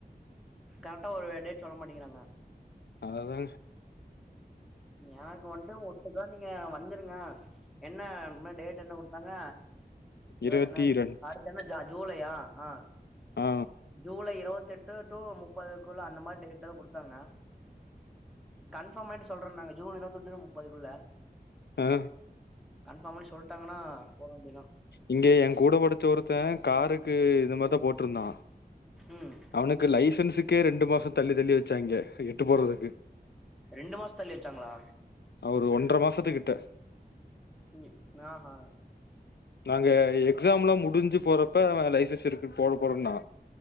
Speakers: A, in the centre; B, on the left.
A: கரெக்டா ஒரு டேட் சொல்ல மாட்டேக்கிறாங்க
B: அத தா
A: எனக்கு வந்ட்டு ஒட்டுக்கா நீங்க வந்துருங்க என்ன ம டேட் என்ன குடுத்தாங்க அய்யோ
B: இருவத்தி
A: அது என்னது
B: ரெண்
A: அடுத்து என்ன ஜா ஜுலையா ஆ
B: ஆ
A: ஜூலை இருவெத்தெட்டு டூ முப்பதுக்குள்ள அந்த மாரி டேட் தா குடுத்தாங்க கன்பார்ம் பண்ட்டு சொல்றேன்னாங்க ஜூன் இருவத்தெட்டு முப்பதுக்குள்ள
B: அ
A: கன்பார்ம் பண்ணி சொல்ட்டாங்கன்னா போ வேண்டியதா
B: இங்க எ கூட படிச்ச ஒருத்த காருக்கு இது மாதிரிதா போட்டிருந்தா
A: ம்
B: அவனுக்கு லைசன்ஸுக்கே ரெண்டு மாசோ தள்ளி தள்ளி வச்சாய்ங்க எட்டு போடுறதுக்கு
A: ரெண்டு மாசோ தள்ளி வச்சாங்ளா
B: ஆ ஒரு ஒன்ர மாசத்துக்கிட்ட
A: ம்யி நாகா
B: நாங்க எக்ஸாம்லா முடிஞ்சு போறப்ப லைசன்ஸ் இருக்கு போட போறேன்னா